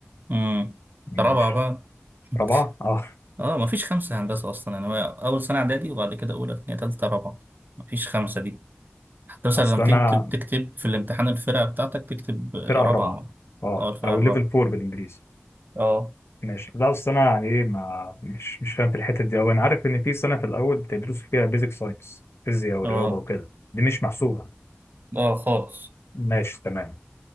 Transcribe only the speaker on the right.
امم
رابعه بقى <laughs>
اه مفيش خمسه هندسه اصلا يعني هو اول سنه اعدادي وبعد كده اولى ثانيه ثالثه رابعه مفيش خمسه دي حتى مثلا
لما
تكتب تكتب في الامتحان الفرقه بتاعتك تكتب آه،
رابعه
اه الفرقه
الرابعه
اه
اه
اه خالص